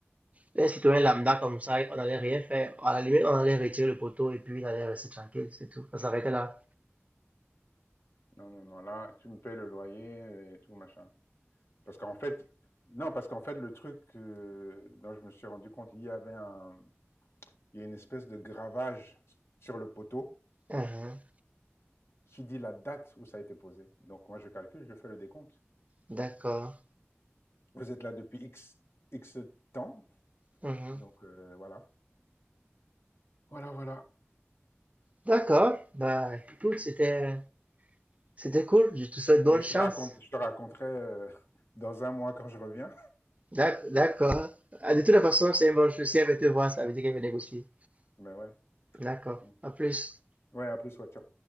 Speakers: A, on the right; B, on the left.
A: Les citoyens lambda comme ça, on n'allait rien faire. À la limite, on allait retirer le poteau et puis il allait rester tranquille, c'est tout. Ça s'arrêtait là.
B: Non, non, non, là, tu me payes le loyer et tout, machin. Parce qu'en fait, non, parce qu'en fait, le truc euh, dont je me suis rendu compte, il y avait un, il y a une espèce de gravage sur le poteau
A: Mhm.
B: qui dit la date où ça a été posé. Donc, moi, je calcule, je fais le décompte.
A: D'accord.
B: Vous êtes là depuis X, X temps,
A: Mhm.
B: donc euh, voilà. Voilà, voilà.
A: D'accord. Bah, écoute, c'était c'était cool. Je te souhaite bonne
B: Mais je
A: chance.
B: te raconte, je te raconterai euh, <laughs> dans un mois quand je reviens.
A: D'ac- D'accord. Ah, De
B: Mm.
A: toute façon, c'est une bonne chose. Si elle veut te voir, ça veut dire qu'elle veut négocier.
B: Ben ouais.
A: D'accord.
B: Mm.
A: À plus.
B: Ouais, à plus, ouais, ciao.